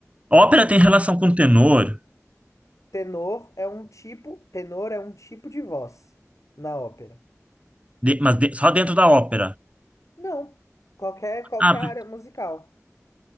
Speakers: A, on the right; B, on the left.
A: Ópera tem relação com tenor,
B: Tenor é um tipo, tenor é um tipo de voz na ópera.
A: de- mas de- só dentro da ópera.
B: Não, qualquer qualquer
A: Ah, por-
B: área musical